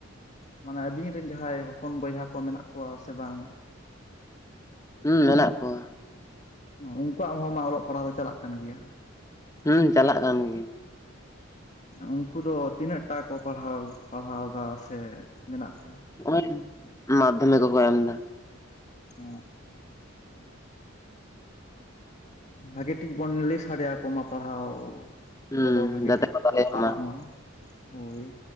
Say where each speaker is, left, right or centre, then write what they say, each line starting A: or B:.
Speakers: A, on the left; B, on the left.
A: ᱢᱟᱱᱮ ᱟᱵᱤᱱ ᱨᱮᱱ ᱡᱟᱦᱟᱸᱭ ᱦᱚᱯᱚᱱ ᱵᱚᱭᱦᱟ ᱠᱚ ᱢᱮᱱᱟᱜ ᱠᱚᱣᱟ ᱥᱮ ᱵᱟᱝ?
B: ᱦᱩᱸ ᱢᱮᱱᱟᱜ ᱠᱚᱣᱟ ᱾
A: ᱩᱱᱠᱩᱣᱟᱜ ᱦᱚᱸ ᱢᱟ ᱚᱞᱚᱜ ᱯᱟᱲᱦᱟᱜ ᱫᱚ ᱪᱟᱞᱟᱜ ᱠᱟᱱ ᱜᱮᱭᱟ ᱾
B: ᱦᱩᱸ ᱪᱟᱞᱟᱜ ᱠᱟᱱ ᱜᱮᱭᱟ ᱾
A: ᱩᱝᱠᱩ ᱫᱚ ᱛᱤᱱᱟᱹᱜ ᱴᱟ ᱠᱚ ᱯᱟᱲᱦᱟᱣ, ᱯᱟᱲᱦᱟᱣ ᱫᱟ ᱥᱮ ᱢᱮᱱᱟᱜ ᱠᱚᱣᱟ?
B: ᱚᱱᱮ ᱢᱟᱫᱽᱫᱷᱚᱢᱤᱠ ᱠᱚᱠᱚ ᱮᱢ ᱫᱟ ᱾
A: ᱚᱻ ᱵᱷᱟᱜᱮ ᱴᱷᱤᱠ ᱵᱚᱱ ᱞᱟᱹᱭ ᱥᱟᱰᱮ ᱟᱠᱚ ᱢᱟ ᱯᱟᱲᱦᱟᱣ
B: ᱦᱩᱸ
A: ᱠᱚᱫᱚ ᱵᱷᱟᱜᱤ
B: ᱡᱟᱛᱮ
A: ᱴᱷᱤᱠ
B: ᱫᱟᱲᱮᱭᱟᱜ
A: ᱠᱚ ᱯᱟᱲᱦᱟᱜ ᱢᱟ ᱾ ᱦᱳᱭ,